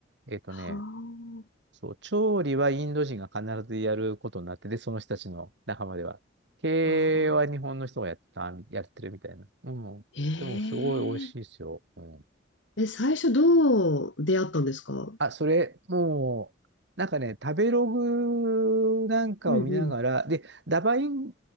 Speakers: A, on the right (about 60°); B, on the left (about 70°).
A: えっとね、
B: は
A: そう、調理はインド人が必ずやることになってて、その人たちの仲間では。経営は日本の人がやってた、
B: あ。
A: やってるみたいな。うん。
B: へえ。
A: でも、すごい美味しいですよ。うん。
B: え、最初どう出会ったんですか
A: あ、それ、もう、なんかね、食べログなんかを見ながら、
B: うんうん
A: で、ダバイン